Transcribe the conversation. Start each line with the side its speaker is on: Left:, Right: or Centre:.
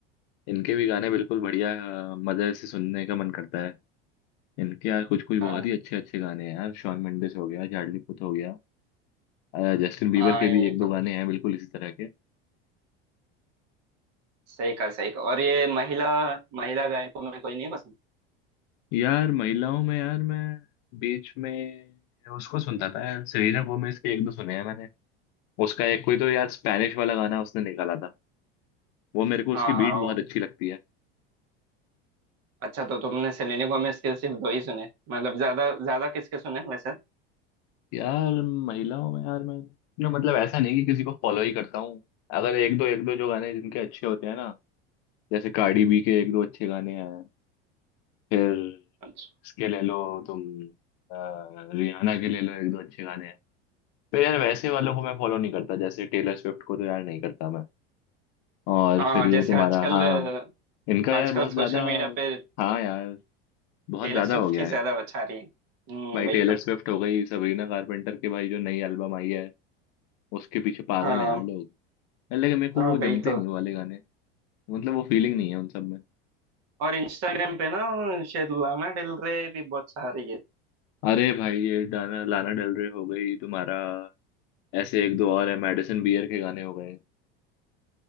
Left: इनके भी गाने बिल्कुल बढ़िया अ, मजे से सुनने का मन करता है इनके यार कुछ कुछ बहुत
Right: हाँ
Left: ही अच्छे अच्छे गाने हैं यार शॉन मेंडिस हो गया चार्ली पुथ हो गया अ, जस्टिन बीबर
Right: हाँ
Left: के
Right: ये
Left: भी एक दो
Right: तो
Left: गाने हैं बिल्कुल इसी तरह के
Right: सही कहा सही कहा और ये महिला महिला गायकों में कोई नहीं पसंद
Left: यार महिलाओं में यार मैं बीच में उसको सुनता था यार सेलेना गोमेज के एक दो सुने हैं मैंने उसका एक कोई तो यार स्पैनिश वाला गाना उसने निकाला था वो मेरे को उसकी
Right: हाँ
Left: बीट
Right: हाँ
Left: बहुत
Right: वो-
Left: अच्छी लगती है
Right: अच्छा तो तुमने सेलेना गोमेज के सिर्फ दो ही सुने मतलब ज्यादा ज्यादा किसके सुने वैसे
Left: यार महिलाओं में यार मैं ना मतलब ऐसा नहीं कि किसी को फॉलो ही करता हूँ अगर एक दो एक दो जो गाने जिनके अच्छे होते हैं ना जैसे कार्डी बी के एक दो अच्छे गाने हैं फिर
Right: अच्छा
Left: इसके ले लो तुम अ, रियाना के ले लो एक दो अच्छे गाने हैं फिर यार वैसे वालों को मैं फॉलो नहीं करता जैसे टेलर स्विफ्ट को तो यार नहीं करता मैं और
Right: हाँ
Left: फिर
Right: हाँ,
Left: ये
Right: जैसे
Left: तुम्हारा
Right: आजकल
Left: हाँ
Right: अ,
Left: इनका यार
Right: आजकल
Left: बहुत
Right: सोशल
Left: ज्यादा
Right: मीडिया पे
Left: हाँ यार बहुत
Right: टेलर
Left: ज्यादा
Right: स्विफ्ट
Left: हो गया
Right: ही ज्यादा
Left: है
Right: बचा रही है हम्म
Left: भाई
Right: वही
Left: टेलर
Right: तो
Left: स्विफ्ट हो गई सबरीना कारपेंटर के भाई जो नई एल्बम आई है उसके पीछे पागल
Right: हाँ
Left: है यार लोग यार, लेकिन मेरे को
Right: हाँ
Left: वो
Right: वही
Left: जमते
Right: तो
Left: नहीं वो वाले गाने मतलब वो फीलिंग नहीं है उन सब में
Right: और इंस्टाग्राम पे ना शायद लाना डेल रे भी बहुत सारी है
Left: अरे भाई ये डाना लाना डेल रे हो गई तुम्हारा ऐसे एक दो और है मेडिसिन बियर के गाने हो गए